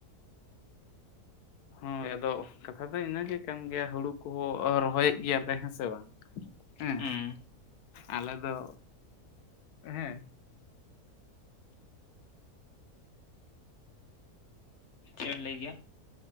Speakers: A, on the left; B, on the left.
A: ᱦᱚᱭ ᱟᱫᱚ ᱠᱟᱛᱷᱟ ᱫᱚ ᱤᱱᱟᱹᱜᱮ ᱠᱟᱱ ᱜᱮᱭᱟ ᱦᱩᱲᱩ ᱠᱚᱦᱚᱸ ᱨᱚᱦᱚᱭᱮᱫ ᱜᱮᱭᱟᱞᱮ ᱦᱮᱸ ᱥᱮ ᱵᱟᱝ᱾ ᱦᱮᱸ
B: ᱦᱩᱸ
A: ᱟᱞᱮ ᱫᱚ ᱦᱮᱸᱼᱼ
B: ᱪᱮᱫᱵᱮᱱ ᱞᱟᱹᱭ ᱜᱮᱭᱟ?